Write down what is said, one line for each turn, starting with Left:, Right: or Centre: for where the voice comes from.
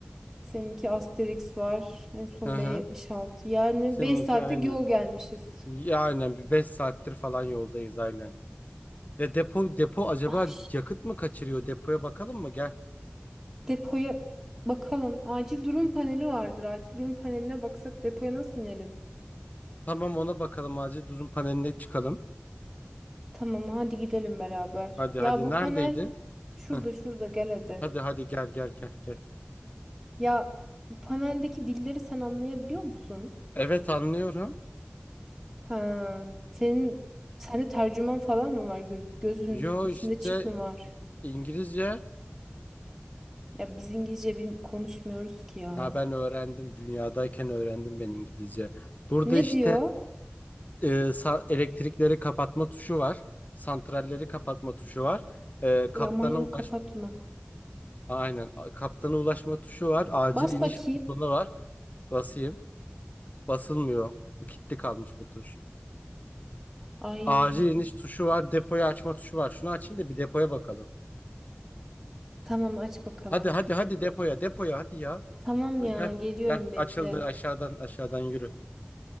Centre: seninki Asterix var. En son
Left: Hı hı.
Centre: B76. Yani
Left: Seninki
Centre: 5 saatlik
Left: aynen.
Centre: yol gelmişiz.
Left: Ya aynen bir 5 saattir falan yoldayız aynen. Ya depo depo acaba
Centre: Ay,
Left: yakıt mı kaçırıyor? Depoya bakalım mı? Gel.
Centre: Depoya bakalım. Acil durum paneli vardır. Acil durum paneline baksak depoya nasıl inelim?
Left: Tamam ona bakalım acil durum paneline çıkalım.
Centre: Tamam hadi gidelim beraber.
Left: Hadi
Centre: Ya
Left: hadi
Centre: bu
Left: neredeydi?
Centre: panel şurada
Left: Heh.
Centre: şurada gel hadi.
Left: Hadi hadi gel gel gel gel.
Centre: Ya bu paneldeki dilleri sen anlayabiliyor musun?
Left: Evet anlıyorum.
Centre: Ha, senin sende tercüman falan mı var? Göz, gözünün
Left: Yo
Centre: içinde
Left: işte
Centre: çip mi var?
Left: İngilizce.
Centre: Ya biz İngilizce bil- konuşmuyoruz ki ya.
Left: Ha ben öğrendim. Dünyadayken öğrendim ben İngilizce. Burada
Centre: Ne
Left: işte
Centre: diyor?
Left: e, sa- elektrikleri kapatma tuşu var. Santralleri kapatma tuşu var. E, kaptana
Centre: E, aman yok
Left: ulaş
Centre: kapatma.
Left: aynen a- kaptana ulaşma tuşu var. Acil
Centre: Bas
Left: iniş
Centre: bakayım.
Left: butonu var. Basayım. Basılmıyor. Bu Kilitli kalmış bu tuş.
Centre: Ay
Left: Acil iniş tuşu var. Depoyu açma tuşu var. Şunu açayım da bir depoya bakalım.
Centre: tamam aç bakalım.
Left: Hadi hadi hadi depoya depoya hadi ya.
Centre: Tamam
Left: Dur,
Centre: ya
Left: Gel
Centre: geliyorum
Left: gel
Centre: bekle.
Left: açıldı aşağıdan aşağıdan yürü.